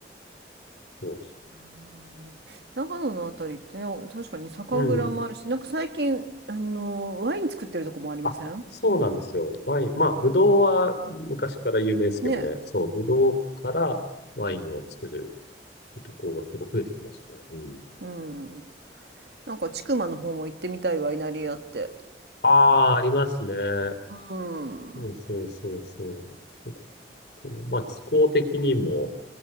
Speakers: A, on the left; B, on the right.
A: そうです。
B: あー長野のあたりってね、確かに酒蔵もあるし、
A: うん。
B: なんか最近、あの、ワイン作ってるとこもありません
A: あ、そうなんですよ。ワイン、まあブドウは昔から有名ですけどね。
B: ね。
A: そう、ブドウからワインを作るところが結構増えてきましたね。うん。
B: うん。なんか、千曲の方も行ってみたいワイナリーあって。
A: ああ、ありますね。
B: うん。
A: そうそうそうそう。このまあ気候的にも